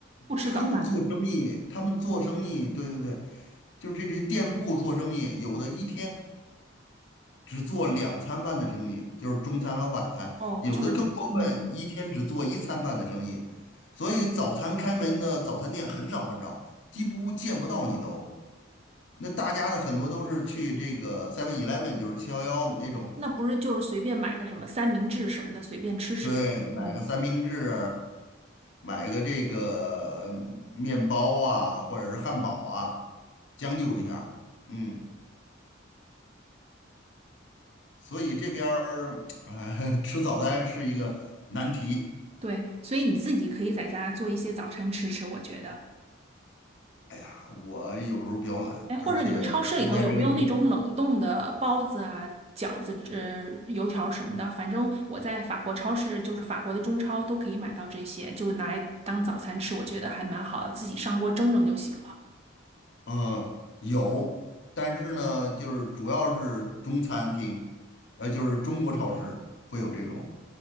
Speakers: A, on the right; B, on the left.
A: 不吃早饭。
B: 他们做生意，他们做生意，对对对，就是这些店铺做生意，有的一天只做两餐饭的生意，就是中餐和晚餐，
A: 哦，
B: 有的更过分，
A: 就是嗯，
B: 一天只做一餐饭的生意，所以早餐开门的早餐店很少很少，几乎见不到你都。那大家呢，很多都是去这个 Seven Eleven，就是七幺幺那种。
A: 那不是就是随便买个什么三明治什么的，随便吃吃的。
B: 对，买个三明治，
A: 嗯。
B: 买个这个嗯面包啊，或者是汉堡啊，将就一下儿嗯，所以这边儿啊，<laughs> 吃早餐是一个难题。
A: 对，所以你自己可以在家做一些早餐吃吃，我觉得。
B: 哎呀，我有时候比较懒，
A: 哎，或者你们超市里头有没有那种冷冻的包子啊、
B: 而且现在这个夜，
A: 饺子、呃、油条什么的？反正我在法国超市，就是法国的中超都可以买到这些，就拿来当早餐吃，我觉得还蛮好的，自己上锅蒸蒸就行了。
B: 嗯，有，但是呢，就是主要是中餐厅，呃，就是中国超市会有这种